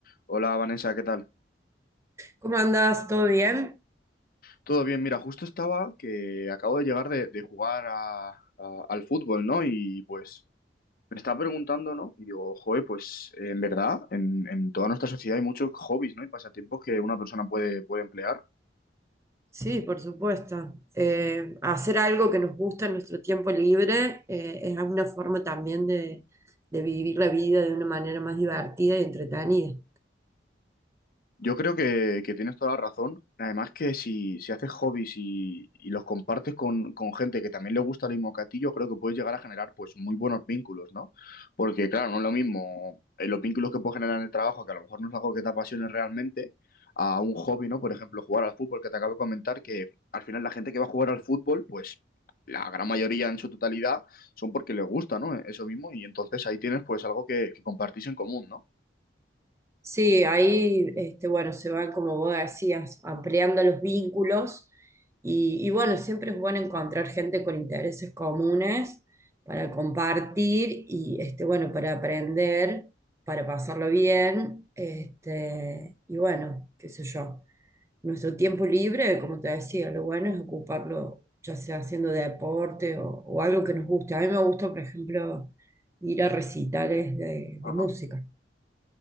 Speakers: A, on the left; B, on the right.
A: Hola Vanessa, ¿qué tal?
B: ¿Cómo andás? ¿Todo bien?
A: Todo bien, mira, justo estaba que acabo de llegar de, de jugar a- a- al fútbol, ¿no? Y pues me estaba preguntando, ¿no? Y digo, joder, pues eh, en verdad, en, en toda nuestra sociedad hay muchos hobbies, ¿no? Y pasatiempos que una persona puede, puede emplear.
B: Sí, por supuesto. Eh, hacer algo que nos gusta en nuestro tiempo libre eh, es una forma también de, de vivir la vida de una manera más divertida y entretenida.
A: Yo creo que, que tienes toda la razón. Además que si, si haces hobbies y, y los compartes con, con gente que también le gusta lo mismo que a ti, yo creo que puedes llegar a generar pues muy buenos vínculos, ¿no? Porque claro, no es lo mismo eh, los vínculos que puedes generar en el trabajo, que a lo mejor no es algo que te apasione realmente, a un hobby, ¿no? Por ejemplo, jugar al fútbol, que te acabo de comentar, que al final la gente que va a jugar al fútbol, pues la gran mayoría en su totalidad son porque les gusta, ¿no? Eso mismo, y entonces ahí tienes pues algo que, que compartís en común, ¿no?
B: Sí, ahí, este, bueno, se van, como vos decías, ampliando los vínculos y, y bueno, siempre es bueno encontrar gente con intereses comunes para compartir y, este, bueno, para aprender, para pasarlo bien, este, y bueno, qué sé yo. nuestro tiempo libre, como te decía, lo bueno es ocuparlo ya sea haciendo deporte o, o algo que nos guste. A mí me gusta, por ejemplo, ir a recitales de,
A: Ajá.
B: de música,